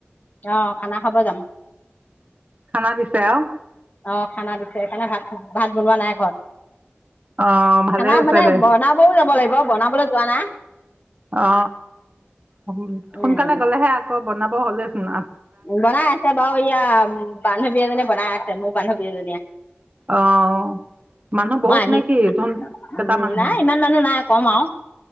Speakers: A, on the left; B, on the right.
A: অ খানা খাব যাম।।
B: খানা দিছে আও।
A: অ', খানা দিছে সেইকাৰণে ভাত। ভাত বনোৱা নাই ঘৰত।
B: অ' ভালেই
A: খানা
B: হৈছে
A: মানে
B: দে
A: বনাবও যাব লাগিব বনাবলৈ যোৱা নাই।
B: অ অ
A: উম,
B: সোনকালে গলেহে আকৌ। বনাব হলেচি ন।
A: বনাই আছে বাৰু ইয়া বানুহ বি এজনী বনাই আছে মোক। বন্ধী এজনীয়ে।
B: অহ মানুহ বহুত
A: মই আহি
B: নে কি তুন কেইটা
A: উম,
B: মানুহে
A: নাই ইমান মানুহ নাই কম আৰু